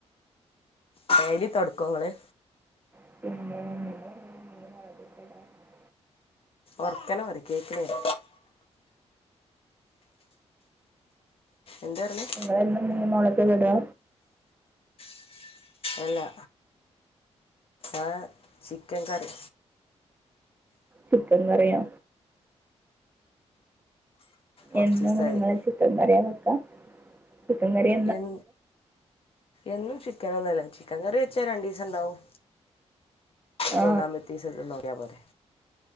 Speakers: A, on the left; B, on the right.
A: ഡെയ്ലി തൊട്ക്കോ ങ്ങള്?
B: <unintelligible>
A: ഓർക്കനെ പറി കേക്ക്ണില്ല. എന്താ ർഞ്ഞേ?
B: ഇങ്ങളെന്നും മീൻ മൊളകല്ലെടാ?
A: അല്ലാ ആഹ് ചിക്കൻ കറി.
B: ചിക്കൻ കറിയോ?
A: കുറച്ച്
B: എന്നും
A: ദിവസമായി
B: നിങ്ങള് ചിക്കൻ കറ്യാ വെക്ക. ചിക്കൻ കറിയ
A: എൻ എന്നും ചിക്കന്നൊനല്ല. ചിക്കൻ കറി വെച്ചാ രണ്ടീസണ്ടാവും.
B: ആ
A: മൂന്നാമത്തീസം <unintelligible> ക്ക്യാ പോരേ